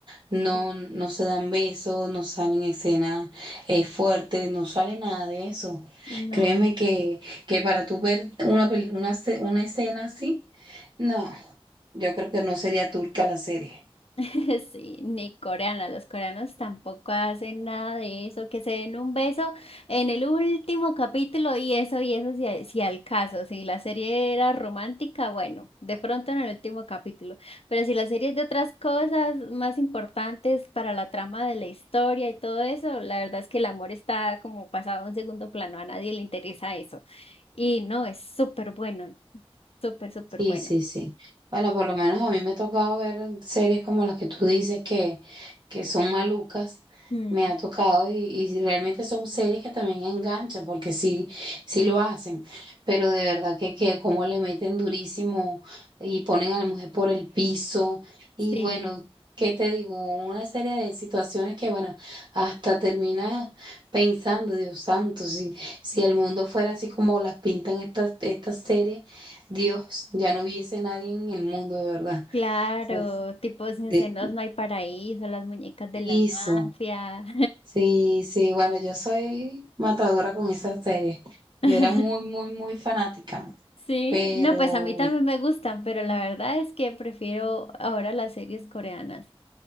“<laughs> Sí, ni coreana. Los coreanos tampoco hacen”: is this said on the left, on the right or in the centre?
Left